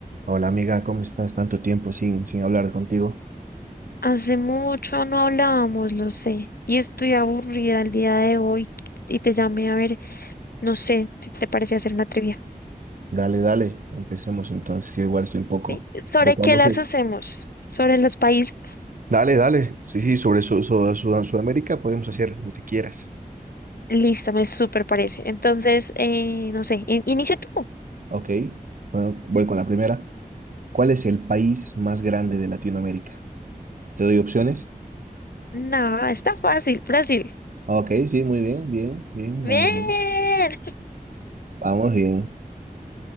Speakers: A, on the right; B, on the left.
A: Hola amiga, ¿cómo estás? Tanto tiempo sin, sin hablar contigo.
B: Hace mucho no hablábamos, lo sé, y estoy aburrida el día de hoy y te llamé a ver, no sé, si te parece hacer una trivia.
A: Dale, dale, empecemos entonces. Yo igual estoy un poco,
B: ¿sí? ¿Sobre
A: un poco
B: qué
A: aburrido.
B: las hacemos? ¿Sobre los países?
A: Dale, dale. Sí, sí, sobre Su- Su- Sud- Sudamérica podemos hacer lo que quieras.
B: Listo, me súper parece. Entonces, eh, no sé, in- inicia tú.
A: Ok, bueno, voy con la primera. ¿Cuál es el país más grande de Latinoamérica? ¿Te doy opciones?
B: No, está fácil, Brasil.
A: Ok, sí, muy bien, bien, bien,
B: Bien.
A: vamos bien. Vamos bien.